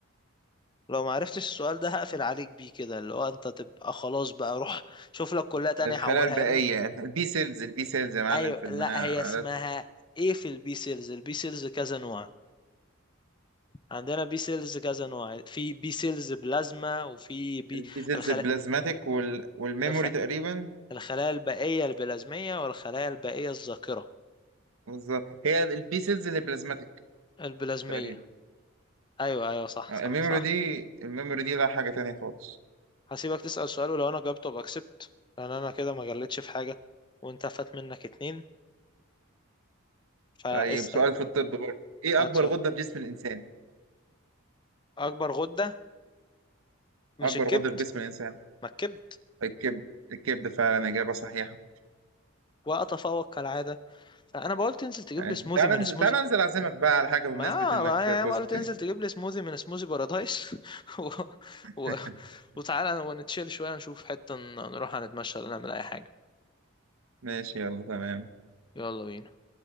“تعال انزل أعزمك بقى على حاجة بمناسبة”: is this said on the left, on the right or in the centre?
Right